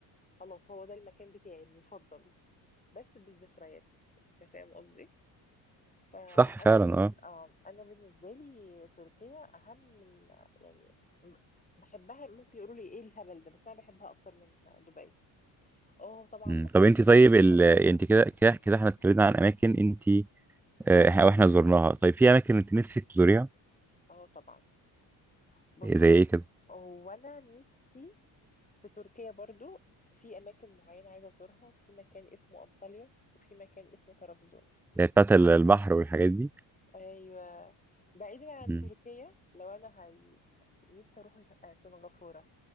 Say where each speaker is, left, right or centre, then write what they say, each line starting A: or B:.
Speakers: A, on the left; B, in the centre.
A: خلاص هو ده المكان بتاعي المفضل بس بالذكريات انت فاهم قصدي فانا
B: صح فعلا
A: بالنسبة
B: اه
A: آه انا بالنسبه لي تركيا اهم من يعني م- بحبها ممكن يقولوا لي ايه الهبل ده بس انا بحبها اكتر من دبي اه طبعا
B: مم.
A: ما فيش
B: طب انت طيب
A: مقارنه
B: ال... انت كده كده كده احنا اتكلمنا عن اماكن انت آه، واحنا زرناها طيب في اماكن انت نفسك تزوريها
A: اه طبعا بص
B: إيه، زي ايه كده
A: هو انا نفسي في تركيا برضو في اماكن معينه عايزه ازورها في مكان اسمه انطاليا وفي مكان اسمه طرابزون
B: زي بتاعت البحر والحاجات دي
A: ايوه بعيدا عن
B: مم.
A: تركيا لو انا هي نفسي اروح ال- سنغافوره